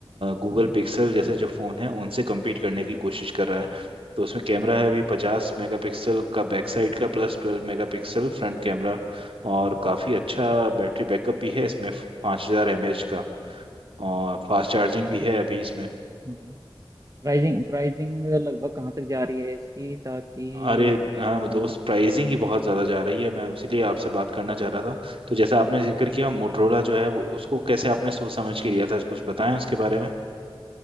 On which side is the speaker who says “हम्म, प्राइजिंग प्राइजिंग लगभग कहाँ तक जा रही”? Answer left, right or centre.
Right